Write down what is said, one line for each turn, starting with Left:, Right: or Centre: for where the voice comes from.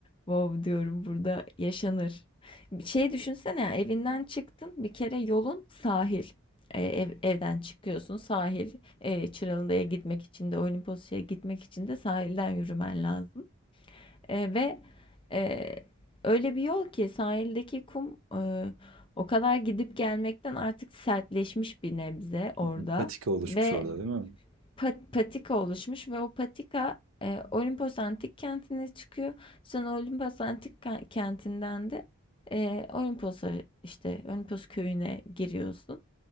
Left: Wow diyorum burada yaşanır. Şey düşünsene ya, evinden çıktın bir kere yolun sahil. E, ev- evden çıkıyorsun sahil e, Çıralı'ya gitmek için de Olimpos'a gitmek için de sahilden yürümen lazım. E, ve e, öyle bir yol ki sahildeki kum e, o kadar gidip gelmekten artık sertleşmiş bir nebze orada
Right: <laughs> Patika oluşmuş
Left: ve
Right: orada değil mi?
Left: pat- patika oluşmuş ve o patika e, Olimpos Antik Kenti'ne çıkıyor. Sonra Olimpos Antik Ka- Kenti'nden de e, Olimpos'a işte Olimpos köyüne giriyorsun.